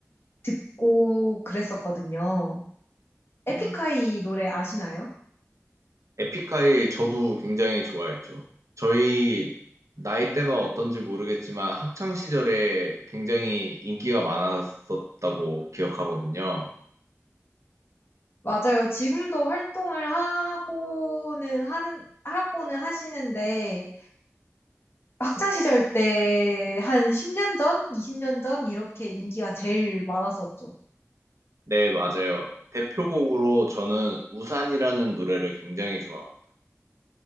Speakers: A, on the left; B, on the right.
A: 듣고 그랬었거든요. 에픽하이
B: 음,
A: 노래 아시나요?
B: 에픽하이 저도 굉장히 좋아했죠. 저희 나이대가 어떤지 모르겠지만 학창 시절에 굉장히 인기가 많았었다고 기억하거든요.
A: 맞아요. 지금도 활동을 하고는 하는, 하고는 하시는데, 학창 시절 때 한 10년 전, 20년 전 이렇게 인기가 제일 많았었죠.
B: 네, 맞아요. 대표곡으로 저는 우산이라는 노래를 굉장히 좋아합니다.